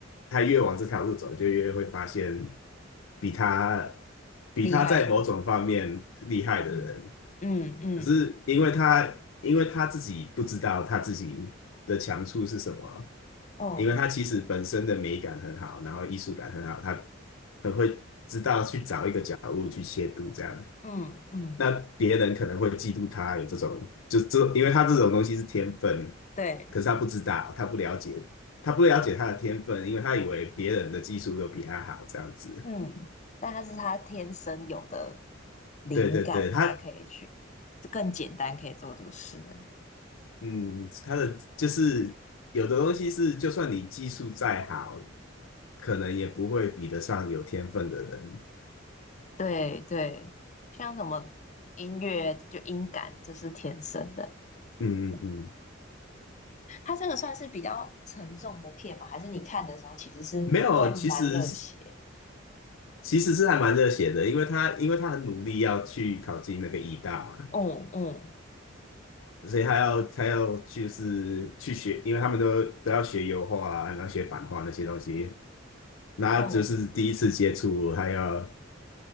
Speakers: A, on the left (about 80°); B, on the left (about 35°).
A: 他越往这条路走，就越会发现比他比他在某种方面厉害的人。
B: 厉害，嗯，嗯嗯
A: 可是因为他因为他自己不知道他自己的强处是什么，
B: 哦，
A: 因为他其实本身的美感很好，然后艺术感很好，他很会知道去找一些度这样。
B: 嗯嗯，
A: 那别人可能会嫉妒他有这种，就这，因为他这种东西是天分，
B: 对，
A: 可是他不知道，他不了解，他不了解他的天分，因为他以为别人的技术都比他好，这样子。
B: 嗯，但他是他天生有的灵感，
A: 对对对，他
B: 他可以去更简单可以做的事，
A: 嗯，他的就是有的东西是，就算你技术再好，可能也不会比得上有天分的人。
B: 对对，像什么音乐就音感就是天生的。
A: 嗯嗯嗯，
B: 嗯它这个算是比较沉重的片吗？还是你看的时候其实是会蛮热血？
A: 没有，其实是其实是还蛮热血的，因为他因为他很努力要去考进那个医大嘛。
B: 嗯嗯
A: 所以他要他要就是去学，因为他们都都要学油画啊，然后学版画那些东西，那他就是第一次接触，
B: 嗯，
A: 还要，